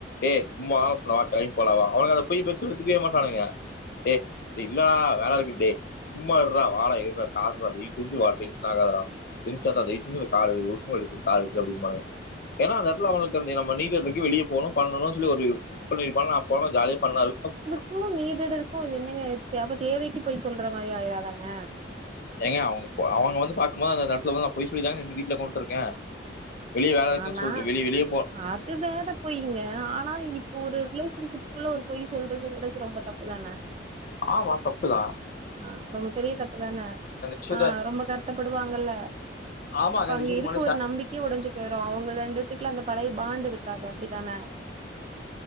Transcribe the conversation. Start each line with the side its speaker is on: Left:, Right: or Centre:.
Left: ஏ சும்மாலால சொன்ன வா கெளம்பி போலா வா அவனுக்கு அந்த பொய்ய பேசுனத எடுத்துக்கவே மாட்டானுங்க டே தில்லா வேல இருக்குட்டே சும்மார்ருறா வாடா ஏடுற காசறா தயவ் செஞ்ச வாடா டென்ஷன் ஆக்காதடா டென்ஷ் ஏத்தாத தயவ் செஞ்சு கார எடு ஒழுக்கமா எடுத்துடு கா எடுத்துரு அப்டிம்பானுங்க ஏனா அந்த எடத்துல அவங்ளுக்கு நம்ம நியு இயர் அன்னிக்கு வெளிய போணு பண்ணணு சொல்லி ஒரு விஷ் பண்ணிருப்பாங்க அப் போனா ஜாலி ஃபண்ணா இருக்கு
Right: கு நீங் சொல்றதுக்கு இது என்னங்க வித்தியா அப்போ தேவைக்கு போய் சொல்ற மாரி ஆய்றாதாங்க
Left: ஏங்க அவங் ப அவங்க வந்து பாக்கும்போது அந்தந்த எடத்துல ஒக்காந்து பொய் சொல்லிதாங்க இன்கு வீட்ல உக்காண்டுருக்கே வெளிய வேல இருக்குன்னு
Right: ஆனா
Left: சொல்ட்டு வெளிய வெளிய போ
Right: அது வேறப் இப்போ இங்க ஆனா இப்போ ஒரு ரிலேஷன்ஷிப்க்குள்ள ஒரு பொய் சொல்றதுங்கறது ரொம்ப தப்பு தான
Left: ஆமா தப்புதா
Right: ஆ ரொம்ப பெரிய தப்புதான
Left: விஷயத்த
Right: ஆ ரொம்ப கருத்தப்படுவாங்கல்ல
Left: ஆமாங்க
Right: அப்ப
Left: இந்த
Right: அங்க
Left: விஷயத்துக்கு
Right: இருக்க
Left: முன்னாடி
Right: ஒரு நம்பிக் கே உடைஞ்சு போயிடு அவங்க ரெண்டுத்துல அந்த பழைய பாண்ட் இருக்காது அப்டித்தான